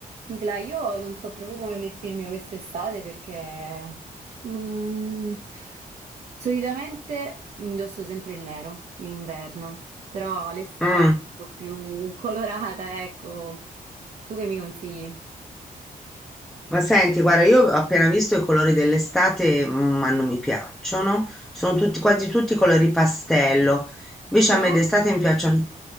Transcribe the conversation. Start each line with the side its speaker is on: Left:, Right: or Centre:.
Right: Nicla, io non so proprio come vestirmi quest'estate perché, mm, solitamente indosso sempre il nero in inverno, però l'estate
Centre: Mm.
Right: è un po' più colorata, ecco. Tu che mi consigli?
Centre: Ma senti, guarda, io ho appena visto i colori dell'estate, mm, ma non mi piacciono. Sono tutti, quasi tutti colori pastello. Invece
Right: Cioè?
Centre: a me d'estate mi piacciono.